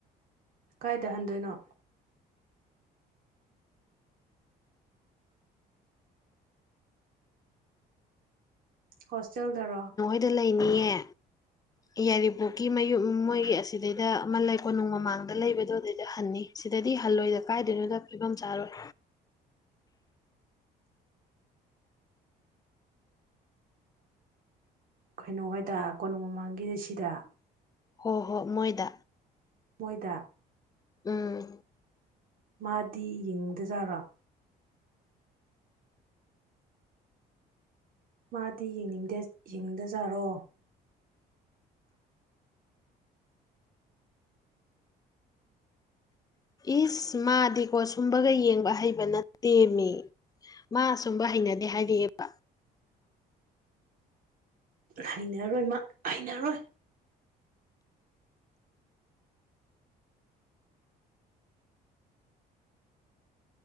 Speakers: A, on the right; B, on the left.
A: ꯀꯥꯏꯗ ꯍꯟꯗꯣꯏꯅꯣ ꯍꯣꯁꯇꯦꯜꯗꯔꯣ
B: ꯑꯗꯨ ꯂꯩꯅꯤꯌꯦ ꯌꯥꯏꯔꯤꯄꯣꯛꯀꯤ ꯃꯌꯨꯝ ꯃꯣꯏꯒꯤ ꯑꯁꯤꯗꯩꯗ ꯑꯃ ꯂꯩ ꯀꯣꯅꯨꯡ ꯃꯃꯥꯡꯗ ꯂꯩꯕꯗꯣ ꯑꯗꯨꯗꯩꯗ ꯍꯟꯅꯤ ꯁꯤꯗꯗꯤ ꯍꯜꯂꯣꯏꯗ ꯀꯥꯏꯗꯣꯏꯅꯣꯗ ꯐꯤꯕꯝ ꯆꯥꯔꯣꯏ
A: ꯀꯩꯅꯣ ꯍꯥꯏꯣꯏꯗ ꯀꯣꯅꯨꯡ ꯃꯃꯥꯡꯒꯤꯗ ꯁꯤꯗ
B: ꯍꯣꯏ ꯍꯣꯏ ꯃꯣꯏꯗ
A: ꯃꯣꯏꯗ
B: ꯎꯝ
A: ꯃꯥꯗꯤ ꯌꯦꯡꯅꯤꯡꯗꯖꯥꯔꯣ ꯃꯥꯗꯤ ꯌꯦꯡꯅꯤꯡꯗꯦ ꯌꯦꯡꯅꯤꯡꯗꯖꯥꯔꯣ
B: ꯏꯁ ꯃꯥꯗꯤꯀꯣ ꯁꯨꯝꯕꯒ ꯌꯦꯡꯕ ꯍꯩꯕ ꯅꯠꯇꯦꯃꯤ ꯃꯥ ꯑꯁꯨꯝꯕ ꯍꯩꯅꯗꯦ ꯍꯥꯏꯔꯛꯑꯦꯕ
A: ꯍꯩꯅꯔꯣꯏ ꯃꯥ ꯍꯩꯅꯔꯣꯏ